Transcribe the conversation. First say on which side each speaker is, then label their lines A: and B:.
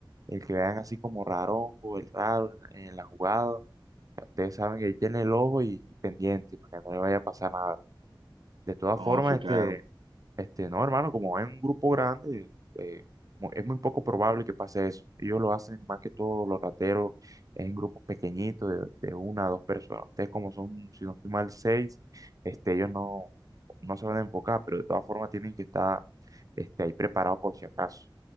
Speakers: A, on the right; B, on the right.
A: el que vean así como rarongo, el raro en, en la jugada. Ya Ustedes saben que él tiene el ojo y, y pendiente para que no le vaya a pasar nada. De todas
B: No,
A: formas,
B: sí,
A: este.
B: claro.
A: Este, no, hermano, como es un grupo grande, eh, mu- es muy poco probable que pase eso. Ellos lo hacen más que todo los rateros en grupos pequeñitos de, de una a dos personas. Ustedes como son, si no estoy mal, seis, este, ellos no, no se van a enfocar, pero de todas formas tienen que estar este, ahí preparados por si acaso.